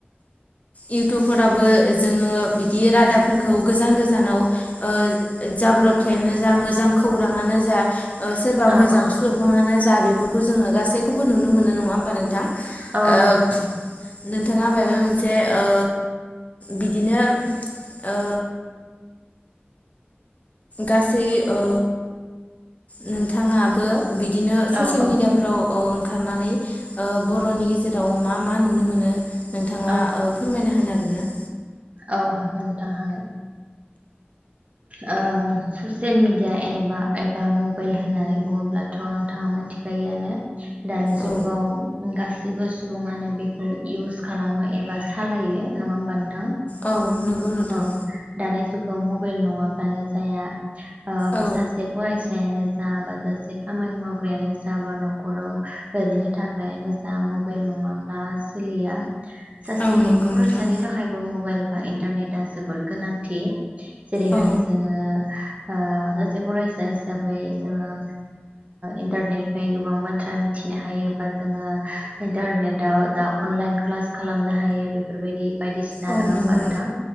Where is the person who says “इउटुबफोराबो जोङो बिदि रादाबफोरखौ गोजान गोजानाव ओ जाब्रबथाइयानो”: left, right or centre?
Left